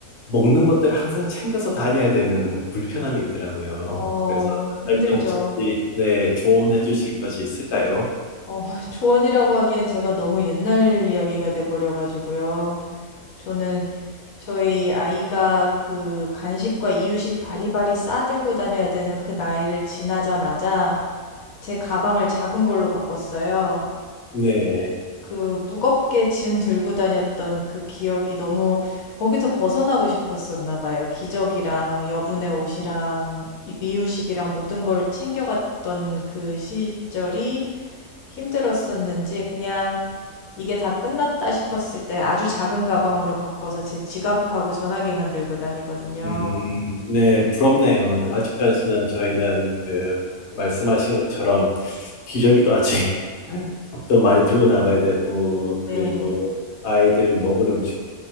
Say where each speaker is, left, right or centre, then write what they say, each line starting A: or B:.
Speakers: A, on the left; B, on the left.
A: 먹는 것들을 항상 챙겨서 다녀야 되는 불편함이 있더라고요.
B: 어,
A: 그래서 나갈
B: 힘들죠.
A: 때 혹시, 네, 조언해 주실 것이 있을까요?
B: 어, <laughs> 조언이라고 하기엔 제가 너무 옛날 이야기가 돼버려가지고요. 저는 저희 아이가 그 간식과 이유식 바리바리 싸들고 다녀야 되는 그 나이를 지나자마자 제 가방을 작은 걸로 바꿨어요.
A: 네.
B: 그 무겁게 짐 들고 다녔던 그 기억이 너무 거기서 벗어나고 싶었었나 봐요. 기저귀랑 여분의 옷이랑 이- 이유식이랑 모든 걸 챙겨갔던 그 시절이 힘들었었는지 그냥 이게 다 끝났다 싶었을 때 아주 작은 가방으로 바꿔서 제 지갑하고 전화기만 들고 다니거든요.
A: 음, 네, 부럽네요. 아직까지는 저희는 그 말씀하신 것처럼 기저귀도 아직 <laughs> 또 많이 들고 나가야 되고 그리고
B: 네.
A: 아이들 먹을 음식